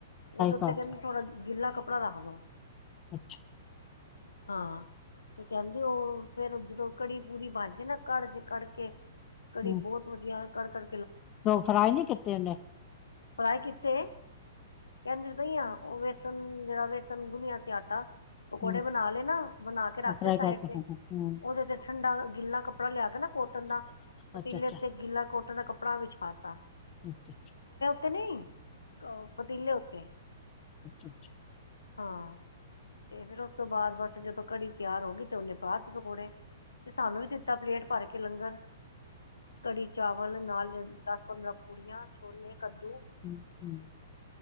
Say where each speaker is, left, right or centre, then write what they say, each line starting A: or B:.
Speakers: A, on the left (about 75°); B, on the left (about 25°).
A: ਓਹਦੇ ਉੱਤੇ
B: ਕਰਤਾ,
A: ਕਹਿੰਦੇ ਥੋੜਾ ਗਿੱਲਾ ਕੱਪੜਾ ਰੱਖ ਦੋ।
B: ਅੱਛ।
A: ਹਾਂ। ਤੇ ਕਹਿੰਦੇ ਓਹ ਫੇਰ ਜਦੋਂ ਕੜੀ ਪੂਰੀ ਬਨ ਜੇ ਨਾ ਕੜ ਜੇ ਕੜ ਕੇ। ਕੜੀ
B: ਹੂੰ,
A: ਬੋਤ ਵਧੀਆ ਕੜਕੜ
B: ਤੇ ਫਰਾਈ ਨੀ ਕੀਤੇ ਓਹਨੇ।
A: ਫਰਾਈ ਕੀਤੇ ਕਹਿੰਦੀ ਤੇ ਪਈ ਆ ਓਹ ਵੇਸਨ ਜਿਹੜਾ ਵੇਸਨ ਗੁਨਿਆ ਸੀ ਆਟਾ। ਪਕੌੜੇ
B: ਹੂੰ,
A: ਬਨਾ ਲੈ ਨਾ ਬਨਾ ਕੇ ਰੱਖ
B: ਫਰਾਈ
A: ਤੇ ਸਾਈਡ
B: ਕਰਕੇ
A: ਤੇ
B: ਹੂੰ,
A: ਓਹਦੇ ਤੇ ਠੰਡਾ ਗਿੱਲਾ ਕੱਪ ਕੱਪੜਾ ਲਿਆ ਕੇ ਨਾ ਕੋਟਨ ਦਾ ਪਤੀਲੇ
B: ਅੱਛਾ-ਅੱਛਾ,
A: ਤੇ ਗਿੱਲਾ ਕੋਟਨ ਦਾ ਕੱਪੜਾ ਵਿਛਾ ਤਾ।
B: ਅੱਛਾ ਅੱਛਾ। <inaudible>
A: ਤੇ ਨਹੀਂ ਅ ਪਤੀਲੇ ਉੱਤੇ।
B: ਅੱਛਾ ਅੱਛ
A: ਹਾਂ ਤੇ ਫੇਰ ਉਸ ਤੋਂ ਬਾਅਦ ਬਸ ਜਦੋਂ ਕੜੀ ਤਿਆਰ ਹੋ ਗਈ ਤੇ ਓਹਨੇ ਪਾ ਪਕੌੜੇ ਤੇ ਸਾਨੂੰ ਵੀ ਦਿੱਤਾ ਪਲੇਟ ਭਰ ਕੇ ਲੰਗਰ। ਕੜੀ ਚਾਵਲ ਨਾਲ ਦਸ ਪੰਦਰਾਂ ਪੂੜੀਆਂ ਛੋਲੇ। ਕੱਦੂ
B: <inaudible> <inaudible>